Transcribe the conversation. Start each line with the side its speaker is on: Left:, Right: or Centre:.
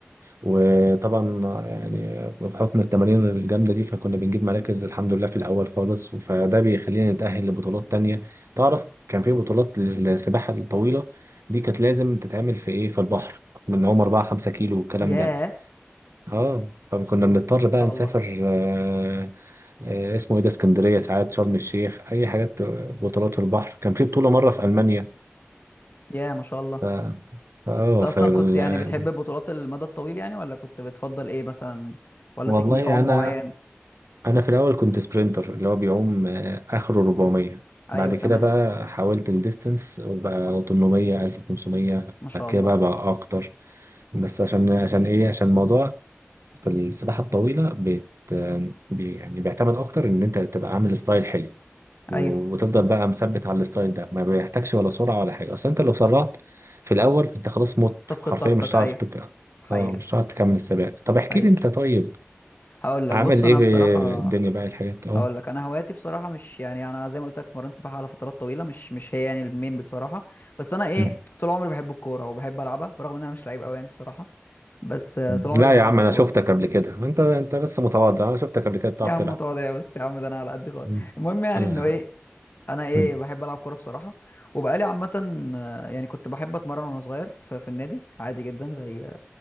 Right: وطبعا يعني بحكم التمارين الجامده دي فكنا بنجيب مراكز الحمد لله في الاول خالص فده بيخلينا نتاهل لبطولات تانية تعرف كان في بطولات للسباحه الطويله دي كانت لازم تتعمل في ايه في البحر من هم 4 5 كيلو والكلام
Left: ياه
Right: ده
Left: ما
Right: اه فكنا بنضطر بقى
Left: شاء
Right: نسافر
Left: الله
Right: آه آه اسمه ايه ده اسكندريه ساعات شرم الشيخ اي حاجات بطولات في البحر كان في بطوله مره في المانيا
Left: ياه ما شاء الله
Right: ف اه
Left: انت اصلا
Right: فال...
Left: كنت يعني بتحب البطولات المدى الطويل يعني ولا كنت بتفضل ايه مثلا ولا
Right: والله
Left: تكنيك عوم
Right: انا
Left: معين
Right: انا في الاول كنت سبرينتر اللي هو بيعوم آه اخره 400
Left: ايوه
Right: بعد
Left: تمام
Right: كده بقى حاولت الديستنس وبقى 800 1500
Left: ما شاء
Right: بعد كده
Left: الله
Right: بقى بقى اكتر بس عشان عشان ايه عشان الموضوع في السباحه الطويله بت... بي... يعني بيعتمد اكتر ان انت تبقى عامل ستايل حلو و-
Left: ايوه
Right: وتفضل بقى مثبت على الستايل ده ما بيحتاجش ولا سرعة ولا حاجة اصل انت لو سرعت في الاول انت خلاص مت
Left: صفقة
Right: حرفيا
Left: طاقتك
Right: مش هتعرف
Left: ايوه
Right: تك...
Left: حقيقة
Right: اه مش هتعرف تكمل السباق طب احكي
Left: حقيقة
Right: لي انت طيب
Left: هقول لك
Right: عامل
Left: بص انا
Right: ايه في
Left: بصراحة
Right: الدنيا بقى الحاجات اه
Left: هقول لك انا هواياتي بصراحة مش يعني انا زي ما قلت لك اتمرنت سباحة على فترات طويلة مش مش هي يعني المين بصراحة بس انا ايه
Right: مم.
Left: طول عمري بحب الكورة وبحب العبها برغم ان انا مش لعيب قوي يعني الصراحة بس آه،
Right: لا
Left: طول عمري بحب
Right: يا عم
Left: العب
Right: انا
Left: كورة
Right: شفتك قبل كده انت انت بس متواضع انا شفتك قبل كده بتعرف
Left: يا عم
Right: تلعب
Left: متواضع بس يا عم ده انا على قد خالص
Right: مم.
Left: المهم يعني
Right: لا
Left: انه ايه انا ايه
Right: مم.
Left: بحب العب كوره بصراحه وبقالي عامه آه، يعني كنت بحب اتمرن وانا صغير في, في النادي عادي جدا زي